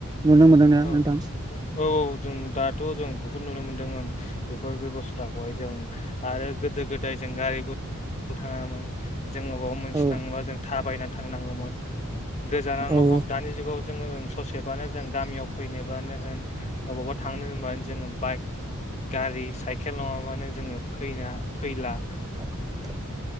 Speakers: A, on the right; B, on the left.
A: नुनो मोनदोंना
B: औ
A: नोंथां
B: औ औ जों दाथ जों बुहुद नुनो मोनदों ओं बेफोर बेब'स्थाखौहाय जों आरो गोदो गोदाय जों गारि ग <inaudible> थाङामोन। जोङो अबावबा मोनसे
A: औ
B: थाङोबा जों थाबायना थांनांगौमोन। गोजानावनो
A: औ
B: हग दानि जुगाव जोङो ससेबानो जों गामियाव एबानो होन अबावबा थांनो होनबानो जोङो बाइक गारि साइकेल नङाबानो जोङो फैनो फैला
A: <inaudible>